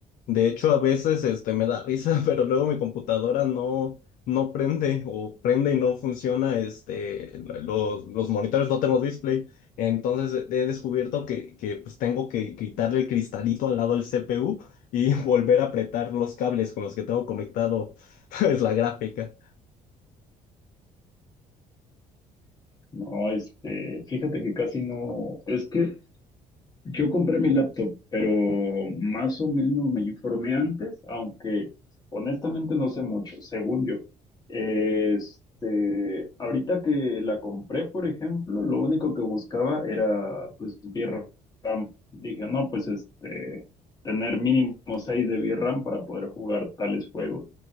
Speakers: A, on the left; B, on the left.
A: De hecho, a veces este me da risa, <laughs> pero luego mi computadora no no prende o prende y no funciona, este los, los monitores no tengo display, entonces he descubierto que, que pues tengo que quitarle el cristalito al lado del CPU y <laughs> volver a apretar los cables con los que tengo conectado <laughs> es la gráfica.
B: No, este, fíjate que casi no, es que Yo compré mi laptop, pero más o menos me informé antes, aunque honestamente no sé mucho, según yo. Este, ahorita que la compré, por ejemplo, lo único que buscaba era pues VRAM. Dije, no, pues este, tener mínimo 6 de VRAM para poder jugar tales juegos.